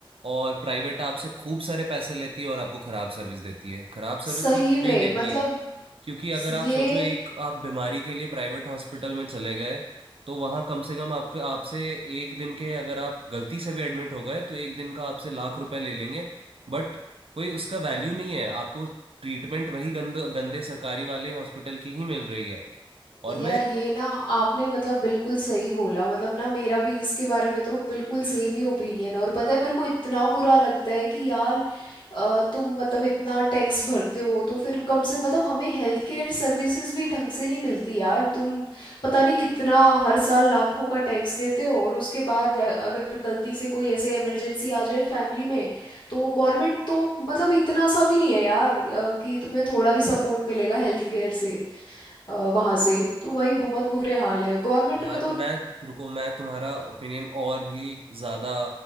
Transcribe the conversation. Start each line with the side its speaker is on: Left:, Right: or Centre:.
Right: और प्राइवेट आपसे खूब सारे पैसे लेती है और आपको खराब सर्विस देती है खराब सर्विस
Left: सही
Right: तो तुम्हें
Left: में
Right: ही देती
Left: मतलब
Right: है क्योंकि अगर
Left: ये
Right: आप सोचो एक आप बीमारी के लिए प्राइवेट हॉस्पिटल में चले गए तो वहां कम से कम आपके आपसे एक दिन के अगर आप गलती से भी एडमिट हो गए तो एक दिन का आपसे लाख रुपए ले लेंगे बट कोई उसका वैल्यू नहीं है आपको ट्रीटमेंट वही गंद गंदे सरकारी वाले हॉस्पिटल की ही मिल रही है और
Left: यार
Right: मैं
Left: ये ना आपने मतलब बिल्कुल सही बोला मतलब ना मेरा भी इसके बारे में तो बिल्कुल सेम ही ओपिनियन और पता है मेरे को इतना बुरा लगता है कि यार अ, तुम मतलब इतना टैक्स भरते हो तो फिर कम से मतलब हमें हेल्थ केयर सर्विसेज भी ढंग से नहीं मिलती यार तुम पता नहीं कितना हर साल लाखों का टैक्स देते हो और उसके बाद अ, अगर गलती से कोई ऐसे इमरजेंसी आ जाए फैमिली में तो गवर्नमेंट तो मतलब इतना सा भी नहीं है यार अ, कि तुम्हें थोड़ा भी सपोर्ट मिलेगा हेल्थ केयर से वहां से तो वही बहुत बुरे हाल है गवर्नमेंट
Right: यार
Left: में तो
Right: मैं रुको मैं तुम्हारा ओपिनियन और भी ज्यादा